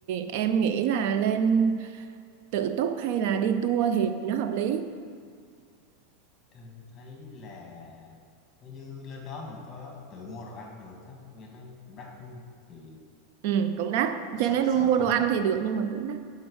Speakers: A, on the right; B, on the left.
A: em nghĩ là lên tự túc hay là đi tour thì nó hợp lý
B: em thấy là nếu như lên đó mình có tự mua đồ ăn được á nghe nói cũng đắt đúng không thì
A: ừ cũng đắt
B: sợ
A: trên đấy đu-
B: sợ
A: mua
B: không
A: đồ ăn
B: học
A: thì
B: có
A: được
B: vị
A: nhưng mà cũng đắt